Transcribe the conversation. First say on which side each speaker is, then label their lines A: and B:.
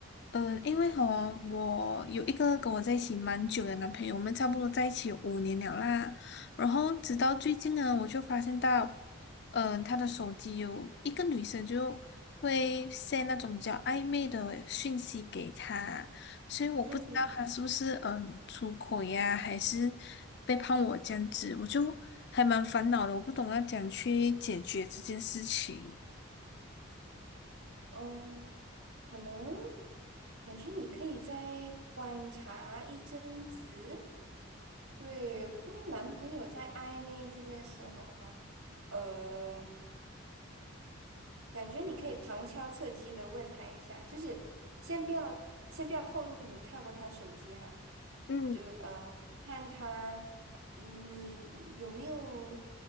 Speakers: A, on the left (about 50°); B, on the right (about 80°).
A: 嗯，因为和我有一个跟我在一起蛮久的男朋友，我们差不多在一起有五年了啦。然后直到最近呢，我就发现到，嗯、他的手机有一个女生就会 send 那种比较暧昧的讯息给他，所以我不知道他是不是嗯、
B: 嗯，
A: 出轨呀、还是背叛我这样子，我就还蛮烦恼的，我不懂要怎样去解决这件事情。
B: 哦，可能感觉你可以再观察一阵子。对，关于男朋友在暧昧这件事哈，呃。感觉你可以旁敲侧击的问他一下，就是先不要先不要透露你看过他手机哈，
A: 嗯。
B: 就呃看他你你有没有